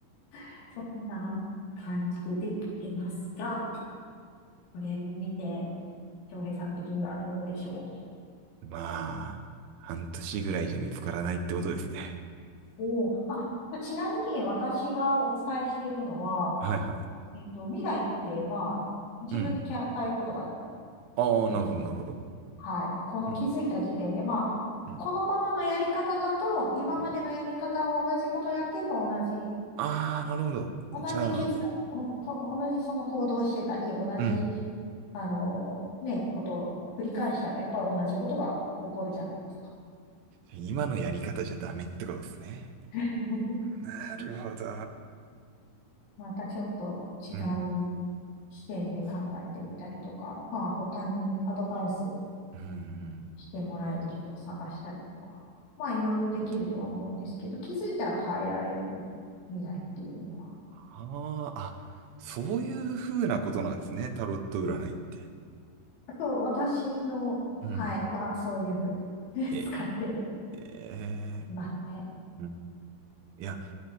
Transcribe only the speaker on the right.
まあ、半年ぐらいじゃ見つからないってことですね。
はいはい。
うん。ああ、
なるほど、なるほど。
うん、
うん、
うん。ああ、なるほど。
じゃあ、
うん。
今のやり方じゃダメってことですね。
なるほど。
うん、
うん、うん。なる
ほど。
ああ、あ、そういうふうなことなんですね。タロット占いって。
うん。
へ
え。
うんいや、